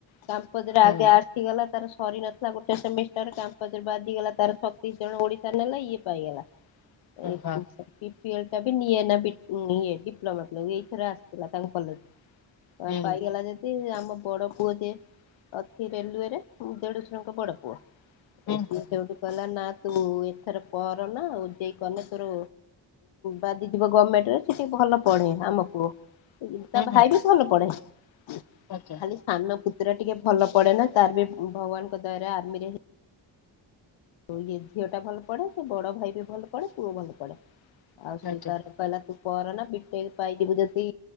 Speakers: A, on the left; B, on the left.
A: କ୍ୟମ୍ପଜରେ
B: ହଁ
A: ଆଗେ ଆସିଗଲା ତାର ସରି ନଥିଲା ଗୋଟେ ସେମିଷ୍ଟାର କ୍ୟାମ୍ଫସ ରେ ବାଜିଗଲା ତ ଛତିଶ ଜଣ ଓଡିଶା ନେଲା ଇଏ ପାଇଗଲା। <unintelligible>
B: ହଁ
A: ଫିଲ୍ଡା ବି ନିଏ ନା ଡିପଲୋମା ଇଥର ଆସିଥିଲା ତାଙ୍କ କଲେଜ କୁ।
B: ହୁଁ
A: ଆ ପାଇଗଲା ଯଦି ଆମ ବଡ ପୁଅ ଜିଏ ଅଛି ରେଲୱେରେ ଦେଢଶୁରଙ୍କ ବଡ ପୁଅ।
B: ହୁଁ
A: <unintelligible>
B: ହୁଁ
A: ମୁଁ ଏଥର ପର ନା ସେଇ କଲେଜ ରୁ ବାଜିଯିବ ଗମେଣ୍ଟରେ ସେ ଟିକେ ଭଲ ପଢେ ଆମ ପୁଅ। ତା
B: ହୁଁ ହୁଁ
A: ଭାଇ
B: ହୁଁ
A: ବି ଭଲ ପଢେ। ଖାଲି
B: ଆଜ୍ଞା
A: ସାନ ପୁ ପତୁରା ଟିକେ ଭଲ ପଢେ ନା ତାର ବି ଭଗବାନଙ୍କ ଦୟାରେ ଆର୍ମି ରେ ହେଇ ଆଉ ଇଏ ଝିଅଟା ଭଲ ପଢ଼େ ସେ ବଡ଼ ଭାଇ ବି ଭଲ ପଢ଼େ ପୁଅ ଭଲ ପଢ଼େ। ଆଉ ସିଏ
B: ଆଜ୍ଞା
A: ତାର କହିଲା ତୁ କରନା ପିପେଲ ପାଇଯିବୁ ଯଦି